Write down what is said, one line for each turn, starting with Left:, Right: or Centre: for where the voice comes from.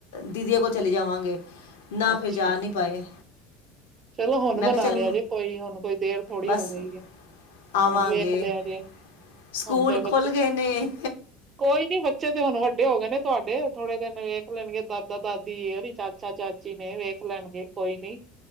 Left: ਦੀਦੀਆਂ ਕੋਲ ਚਲੇ ਜਾਵਾਂਗੇ। ਨਾ
Right: ਅੱਛਾ
Left: ਫਿਰ ਜਾ ਨੀ ਪਾਏ।
Right: ਚਲੋ ਹੁਣ
Left: ਮੈਂ
Right: ਬਨਾ
Left: ਕਿਹਾ ਚੱਲ
Right: ਲਿਆ ਜੇ ਕੋਈ ਹੁਣ ਕੋਈ ਦੇਰ ਥੋੜੀ
Left: ਬਸ
Right: ਹੋ ਗਈ ਏ।
Left: ਆਵਾਂਗੇ
Right: ਹੁਣ ਵੇਖ ਲਿਆ ਜੇ।
Left: ਸਕੂਲ
Right: ਹੁਣ ਤੇ
Left: ਖੁੱਲ੍ਹ
Right: ਬੱਚੇ
Left: ਗੇ ਨੇ।
Right: ਕੋਈ ਨੀ ਬੱਚੇ ਤੇ ਹੁਣ ਵੱਡੇ ਹੋ ਗਏ ਨੇ ਤੁਆਡੇ, ਥੋੜੇ ਦਿਨ ਵੇਖ ਲੈਣਗੇ ਦਾਦਾ- ਦਾਦੀ ਏ ਓਰੀ ਚਾਚਾ- ਚਾਚ- ਚੀ ਨੇ ਵੇਖ ਲੈਣਗੇ ਕੋਈ ਨੀ।